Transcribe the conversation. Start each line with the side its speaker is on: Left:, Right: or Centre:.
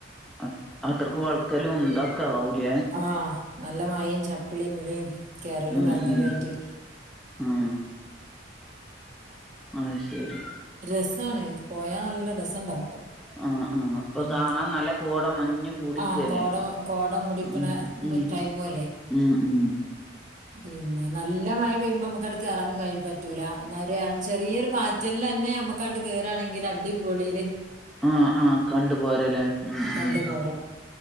Centre: അ അത്രക്ക് വൾക്കലും ഇതൊക്ക ആവുലേ
Right: ആഹ് നല്ല മഴിം ചപ്പിളി ബിളി കേറലും
Centre: ഉം
Right: എറങ്ങലു
Centre: ഉം
Right: ആയിട്ട്
Centre: ഉം ആഹ് ശേരി
Right: രസാണ് പോയാ നല്ല രസെണ്ടാവും ഇപ്പൊ
Centre: ആഹാ ആഹാ അപ്പ
Right: ഉം
Centre: കാണാൻ നല്ല കോട മഞ്ഞും കൂടിക്കല്ലേ
Right: ആഹ് കോട കോട മൂടിക്കണ
Centre: ഉം ഉം
Right: ടൈമും
Centre: ഊം ഊം
Right: പിന്ന നല്ല മഴ പെയ്യുമ്പ നമ്മക്കാണ്ട് കേറാനും കയീ പറ്റൂല്ല, എന്നാല് ചെറിയൊരു പാറ്റൽ ലന്നേ നമ്മക്കാണ്ട് കേറാണങ്കിലടിപൊളിലേ
Centre: ആഹ് ആഹ് കണ്ട് പോരലേ ഉം
Right: കണ്ടു
Centre: ഉം
Right: പോരാം